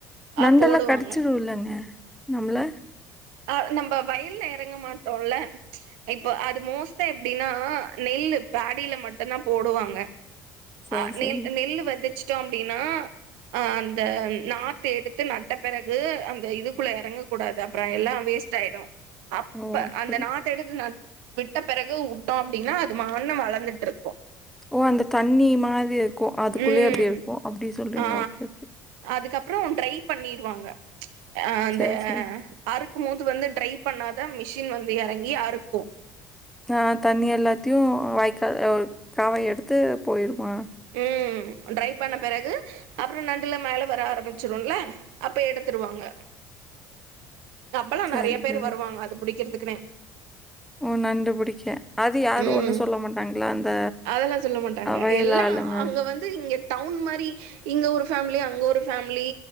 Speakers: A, on the right; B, in the centre.
A: ஆ
B: நண்டெல்லா
A: போடுவாங்க.
B: கடிச்சுடு இல்லங்க நம்மள
A: அ நம்ம வயல்ல எறங்க மாட்டோம்ல இப்போ அது மோஸ்டா எப்டின்னா நெல்லு பாடியில மட்டுதா போடுவாங்க
B: சரி,
A: அ அ நெல்
B: சரி.
A: நெல் வெதச்சிட்டோ அப்டின்னா அ அந்த நாத்து எடுத்து நட்ட பெறகு அந்த இதுக்குள்ள எறங்கக்கூடாது அப்பற எல்லா வேஸ்ட் ஆயிடு அப்ப
B: ஓ! அப்படி.
A: அந்த நாத்து எடுத்து விட்ட பிறகு வுட்டோ அப்டின்னா அது <unintelligible> வளந்துட்டு இருக்கு
B: ஓ அந்த தண்ணி மாதிரி இருக்கு அதுக்குள்ளயே
A: ம்
B: அப்டி இருக்கு அப்டி சொல்றீங்க
A: ஆ
B: ஓகே ஓகே
A: அதுக்கப்றோ ட்ரை பண்ணிடுவாங்க அ அந்த
B: சரி, சரி.
A: அறுக்கு போது வந்து ட்ரை பண்ணன்னுதா மிஷின் வந்து எறங்கி அறுக்கு
B: அ தண்ணி எல்லாத்தையு வாய்க்கால் காவ எடுத்து போயிடுமா
A: ம் ட்ரை பண்ண பிறகு அப்பற நண்டல்லா மேல வர ஆரம்பிச்சுரல அப்ப எடுத்துடுவாங்க அப்பெல்லா
B: சரி,
A: நெறைய பேரு
B: சரி.
A: வருவாங்க அது புடிக்கிறதுக்குனே
B: ஒ நண்டுபுடிக்க அது யாரு
A: ம்
B: ஒண்ணு சொல்ல மாட்டாங்களா அந்த
A: அதெல்லா சொல்ல மாட்டாங்க
B: வயலு
A: எல்லா
B: ஆளுங்க
A: அங்க வந்து இங்க டவுன் மாரி இங்க ஒரு ஃபேமிலி அங்க ஒரு ஃபேமிலி